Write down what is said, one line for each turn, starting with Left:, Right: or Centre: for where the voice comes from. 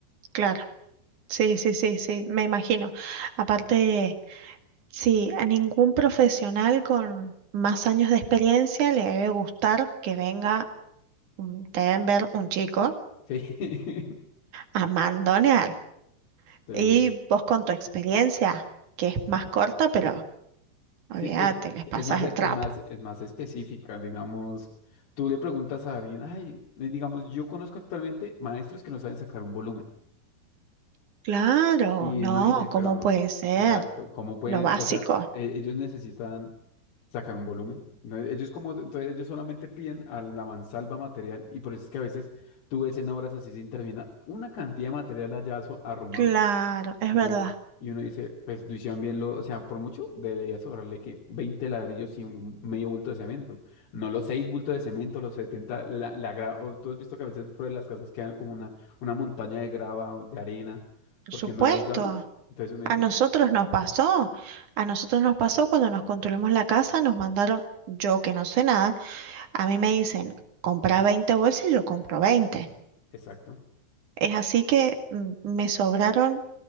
Right: claro. Sí, sí, sí, sí, me imagino. Aparte, sí, a ningún profesional con más años de experiencia le debe gustar que venga un deben ver un chico,
Left: Sí, <laughs>
Right: a mandonear.
Left: sí,
Right: Y vos con tu experiencia, que es más corta, pero olvídate,
Left: sí, es,
Right: les
Left: es
Right: pasas
Left: más, es
Right: el trapo.
Left: más, es más específica, digamos. Tú le preguntas a alguien, ay, eh, digamos, yo conozco actualmente maestros que no saben sacar un volumen.
Right: Claro,
Left: Y
Right: no,
Left: uno dice, pero,
Right: ¿cómo puede ser?
Left: exacto, ¿cómo pueden?
Right: Lo básico.
Left: O sea, e- ellos necesitan sacar un volumen. ¿no? Ellos como, entonces ellos solamente piden a la mansalva material y por eso es que a veces tú ves en obras así sin terminar una cantidad de material allá so- arrumado
Right: Claro, es
Left: Y
Right: verdad.
Left: uno, es- y uno dice, pues lo hicieron bien, lo, o sea, por mucho debería sobrarle que 20 ladrillos y un medio bulto de cemento. No los 6 bultos de cemento, los 70 la, la gra- o tú has visto que a veces por las casas quedan como una, una montaña de grava o de arena
Right: Por
Left: porque
Right: supuesto.
Left: no la usaron. Entonces uno dice,
Right: A nosotros nos pasó, a nosotros nos pasó cuando nos construimos la casa, nos mandaron, yo que no sé nada, a mí me dicen, compra 20 bolsas y yo compro 20.
Left: exacto.
Right: Es así que mm, me sobraron